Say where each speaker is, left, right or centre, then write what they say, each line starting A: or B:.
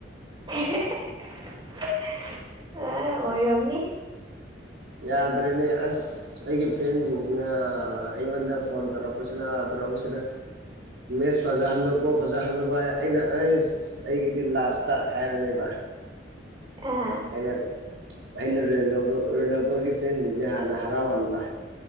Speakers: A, on the right; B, on the right.
A: ꯑ ꯑꯣꯏꯔꯝꯅꯤ
B: ꯌꯥꯗ꯭ꯔꯦꯅꯦ ꯑꯁ ꯑꯩꯒꯤ ꯐꯦꯟꯁꯤꯡꯖꯤ ꯅ ꯑꯩꯉꯣꯟꯗ ꯐꯣꯟ ꯇꯧꯔꯛꯄꯁꯤꯅ ꯇꯧꯔꯛꯄꯁꯤꯅ ꯃꯦꯁ ꯐꯖꯍꯜꯂꯨꯀꯣ ꯐꯖꯍꯜꯂꯨꯀꯣ ꯍꯥꯏ ꯑꯩꯅ ꯑꯩꯁ ꯑꯁ ꯑꯩꯒꯤꯗꯤ ꯂꯥꯁꯇ ꯍꯥꯏꯕꯅꯦꯕ
A: ꯑ
B: ꯑꯩꯅ ꯑꯩꯅ ꯔꯦꯟꯌꯧꯗꯣ ꯔꯣꯅꯥꯜꯗꯣꯒꯤ ꯐ꯭ꯔꯦꯟꯖꯤꯡꯖꯦ ꯍꯥꯟꯅ ꯍꯔꯥꯎꯍꯟꯕ